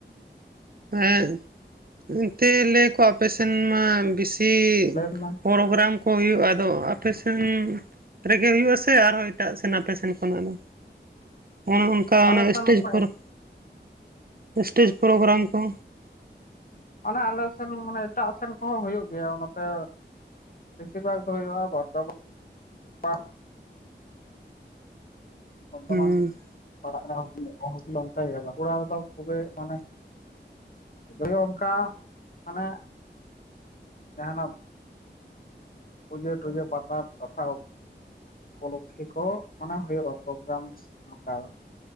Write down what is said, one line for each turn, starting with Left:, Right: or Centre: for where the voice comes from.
Right: ᱦᱮᱸ, ᱮᱱᱛᱮ ᱞᱟᱹᱭ ᱟᱠᱚ ᱟᱯᱮ ᱥᱮᱱ ᱢᱟ ᱵᱮᱥᱤ
Left: ᱞᱟᱹᱭ ᱢᱮ
Right: ᱯᱨᱳᱜᱨᱟᱢ ᱠᱚ ᱦᱩᱭᱩᱜ-ᱟ ᱟᱫᱚ ᱟᱯᱮ ᱥᱮᱱ ᱨᱮᱜᱮ ᱦᱩᱭᱩᱜ ᱟᱥᱮ ᱟᱨᱦᱚᱸ ᱮᱴᱟᱜ ᱥᱮᱱ ᱟᱯᱮ ᱥᱮᱱ ᱠᱷᱚᱱᱟᱜ ᱫᱚ? <unintelligible> ᱚᱱᱠᱟ
Left: ᱟᱞᱮ ᱥᱮᱱ
Right: ᱥᱴᱮᱡᱽ
Left: ᱠᱷᱚᱡ
Right: ᱯᱨᱳᱜ ᱮᱥᱴᱮᱡᱽ ᱯᱨᱳᱜᱨᱟᱢ ᱠᱚ
Left: ᱚᱼᱱᱮ ᱟᱼᱞᱮ ᱥᱮᱱ ᱢᱟᱹᱱᱮ ᱮᱴᱟᱜ ᱥᱮᱱ ᱠᱚᱦᱚᱸ ᱦᱩᱭᱩᱜ ᱜᱮᱼᱭᱟ ᱚᱼᱱᱟ ᱛᱮ ᱵᱮᱥᱤᱨ ᱵᱷᱟᱜᱽ ᱫᱚ ᱦᱩᱭᱩᱜᱼᱟ ᱵᱟᱨᱫᱷᱚ ᱢᱟᱱ᱾ ᱵᱚᱨᱫᱷᱚᱢᱟᱱ
Right: ᱦᱩᱸ
Left: ᱯᱟᱲᱟᱜ ᱠᱟᱱᱟ ᱤᱭᱟ. ᱦᱩᱜᱽᱞᱤ ᱚᱱᱛᱮ ᱜᱮ ᱵᱟᱸᱠᱩᱲᱟ ᱨᱮᱫᱚ ᱠᱷᱩᱵᱮ ᱢᱟᱱᱮ ᱫᱚᱭᱳ ᱚᱱᱠᱟ ᱢᱟᱱᱮ ᱡᱟᱦᱟᱸᱱᱟᱜ ᱯᱩᱡᱟᱹ ᱴᱩᱡᱟᱹ ᱯᱟᱛᱟ ᱠᱟᱛᱷᱟ ᱩᱯᱚᱞᱚᱠᱷᱮ ᱠᱚ ᱢᱟᱱᱮ ᱦᱩᱭᱩᱜᱼᱟ, ᱯᱳᱜᱨᱟᱢ ᱚᱱᱠᱟ ᱫᱚ